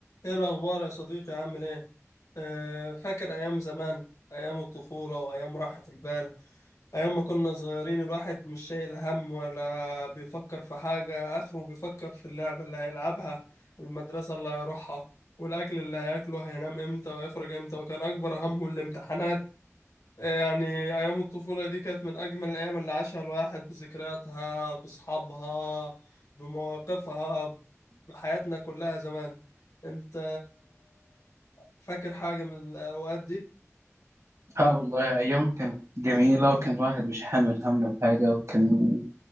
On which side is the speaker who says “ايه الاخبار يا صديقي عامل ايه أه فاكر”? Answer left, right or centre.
Left